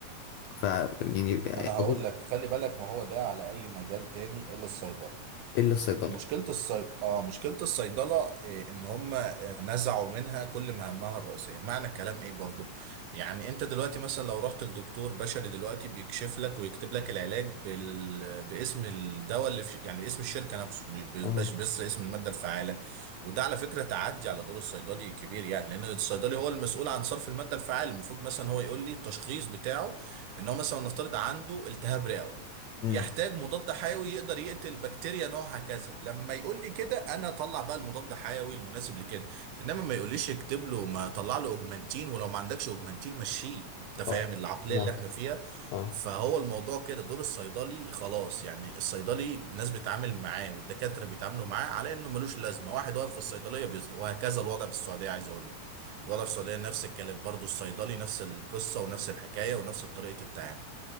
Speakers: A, on the left; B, on the right.
A: ف يعني
B: ما انا هقول
A: اظن
B: لك خلي بالك ما هو ده على اي مجال تاني الا الصيدله
A: الا الصيدله
B: مشكلة الصي... اه مشكلة الصيدلة إيه ان هم آه، نزعوا منها كل مهامها الرئيسية معنى الكلام ايه برضو يعني انت دلوقتي مثلا لو رحت لدكتور بشري دلوقتي بيكشف لك ويكتب لك العلاج بال... باسم الدواء اللي في... يعني اسم الشركة نفسه مش ب-
A: اه
B: بس بس اسم المادة الفعالة وده على فكرة تعدي على دور الصيدلي كبير يعني لان الصيدلي هو المسؤول عن صرف المادة الفعالة المفروض مثلا هو يقول لي التشخيص بتاعه ان هو مثلا نفترض عنده التهاب رئوي
A: امم
B: يحتاج مضاد حيوي يقدر يقتل بكتيريا نوعها كذا لما يقول لي كده انا اطلع بقى المضاد حيوي المناسب لكده انما ما يقوليش اكتب له ما طلع له اوجمانتين ولو ما عندكش اوجمانتين مشيه انت فاهم
A: اه
B: العقليه
A: فهمت
B: اللي احنا فيها
A: اه
B: فهو الموضوع كده دور الصيدلي خلاص يعني الصيدلي الناس بتتعامل معاه والدكاتره بيتعاملوا معاه على انه ملوش لازمه واحد واقف في الصيدليه بيز... وهكذا الوضع في السعوديه عايز اقول لك الوضع في السعوديه نفس الكلام برضو الصيدلي نفس القصه ونفس الحكايه ونفس طريقه التعامل